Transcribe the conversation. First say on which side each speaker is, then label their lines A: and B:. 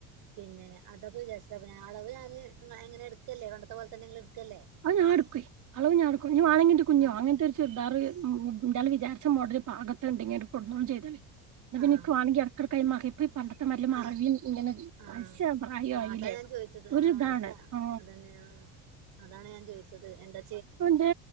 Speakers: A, on the right (about 60°); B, on the right (about 45°).
A: പിന്നെ. അതൊകൊ വിചാരിച്ച് അളവ് ഞാന് ഇങ്ങനെ എടുക്കല്ലേ പണ്ടത്തെ പോലെ തന്നെ ങ്ങ്ങള് ട്ക്കല്ലേ.
B: അ ഞാടുക്കോ അളവ് ഞാടുക്കോ വാന്നെങ്കി കുഞ്ഞോ
A: ആഹ്
B: അങ്ങനത്തെ ചുറദാർന്താല് വിചാരിച്ച മോഡൽ പാകത്തുണ്ടെങ്കി ഇങ്ങോടും ചെയ്തോണ്ടിം ഇന്നാപ്പിന്നെ
A: ആഹ്
B: ഇന്ക് വാണഗി എട്ക കൈമാറി ഇപ്പ ഈ പണ്ടത്തെ മറവിയും
A: ആഹ്
B: ഇങ്ങനെ
A: ആഹ്
B: വയസ്സ് പ്രായു
A: ആഹ്
B: ആയില്ലേ.
A: അതാ ഞാൻ ചോദിച്ചത്
B: ഒരു
A: ആഹ്
B: ഇതാണ്
A: പൈസ
B: ഓ
A: അതന്നെ ആഹ് അതാണ് ഞാൻ ചോദിച്ചത്. എന്റെ
B: അപ്പ എന്റെ